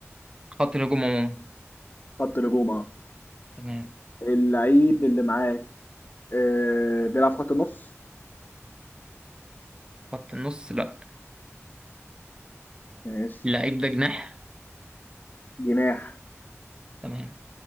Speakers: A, on the right; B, on the left.
A: خط الهجوم عموما
B: خط هجوم اه
A: تمام
B: اللعيب اللي معاك آه، بيلعب في خط النص
A: خط النص لا
B: ماشي
A: اللعيب ده جناح
B: جناح
A: تمام